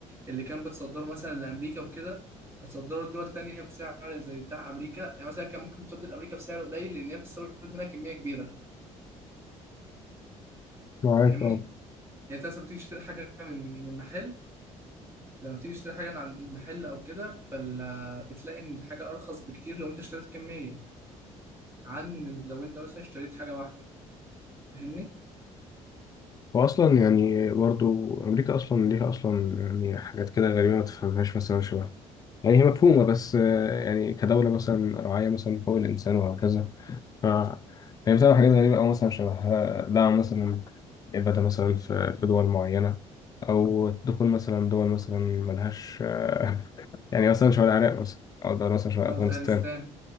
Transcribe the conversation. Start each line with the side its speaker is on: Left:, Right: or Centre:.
Right: اللي كان بتصدره مثلا لامريكا وكده هتصدره لدول تانية بسعر زي بتاع امريكا يعني مثلا كان ممكن تصدر لامريكا بسعر قليل لان هي بتستورد منها كميه كبيره
Left: معاك
Right: فاهمني
Left: أه
Right: يعني انت مثلا بتيجي تشتري حاجه من من محل لما بتيجي تشتري حاجه من عن- من محل او كده فال بتلاقي ان الحاجه ارخص بكتير لو انت اشتريت كميه عن لو انت مثلا اشتريت حاجه واحده فاهمني
Left: وأصلا يعني برضه أمريكا أصلا ليها أصلا يعني حاجات كده غريبة ما تفهمهاش مثلا شبه يعني هي مفهومة بس آه، يعني كدولة مثلا راعية مثلا حقوق الإنسان وهكذا ف هي بتعمل حاجات غريبة أو مثلا شبه دعم مثلا إبادة مثلا في في دول معينة أو دخول مثلا دول مثلا ملهاش آه، <laughs> يعني مثلا شبه العراق مثلا أو دول مثلا شبه أفغانستان
Right: افغانستان